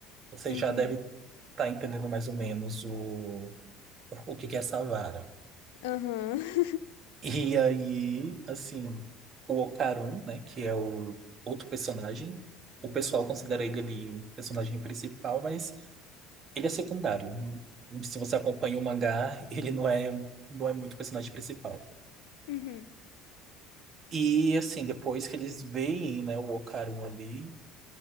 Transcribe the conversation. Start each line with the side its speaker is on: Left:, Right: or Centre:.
Right: Você
Left: uhum,
Right: já deve estar entendendo mais ou menos o, o que que é essa vara.
Left: uhum, <laughs>
Right: E aí, assim, o Okarun, né, que é o outro personagem, o pessoal considera ele ali o personagem principal, mas Ele é secundário. Se você acompanha o mangá, ele não é, não é muito personagem principal.
Left: uhum,
Right: E assim, depois que eles veem, né, o Okarun ali,